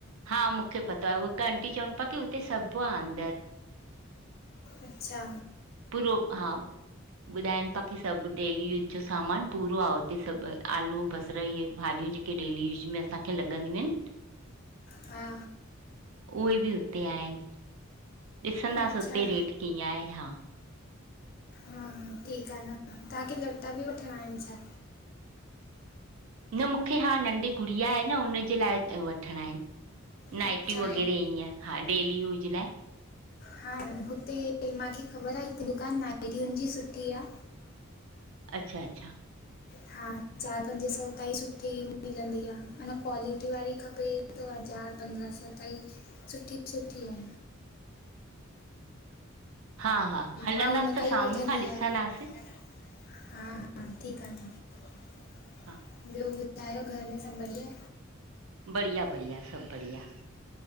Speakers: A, on the right (about 75°); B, on the left (about 45°).
A: हा मूंखे पतो आहे, उह हिक अंटी चवनि पिया की हुते सभु आ अंदरु।
B: अच्छा
A: पूरो हा ॿुधाइनि ताक़ी सभु डेली यूज जो सामान पूरो आ उते सभु, आलू, बसर इहे भाॼियूं जेक के डेली यूस में असांखे लॻंदियूं आहिनि।
B: हा
A: उहे बि उते आहिनि। ॾिसंदासीं
B: अच्छा
A: उते
B: हा
A: रेट कीअं आहे हा।
B: हा ठीकु आ न। तव्हांखे लटा बि वठिणा आहिनि छा?
A: न, मूंखे हा नंढी गुड़िया आहे न हुनि जे लाइ वठिणा आहिनि। नाइटियूं
B: अच्छा
A: वग़ैरह ईअं हा डेली यूज लाइ।
B: हा, हुते माखे ख़बर आ, हिकु दुकानु नाइटीयुनि जी सुठी आ।
A: अच्छा, अच्छा।
B: हा चारि पंज सौ ताईं सुठी मिलंदी आ। अना क्वालिटी वारी खपे दो हज़ार, पंद्रहं सौ ताईं सुठी सुठियूं
A: हा हा हलंदासीं
B: मां हुनखां
A: त
B: ई
A: साम्हूं
B: वठंदी
A: खां ॾिसंदासीं
B: आहियां, हा ह ठीकु आ न।
A: हा
B: ॿियो ॿुधायो घर में सभु बढ़िया?
A: बढ़िया, बढ़िया सभु बढ़िया।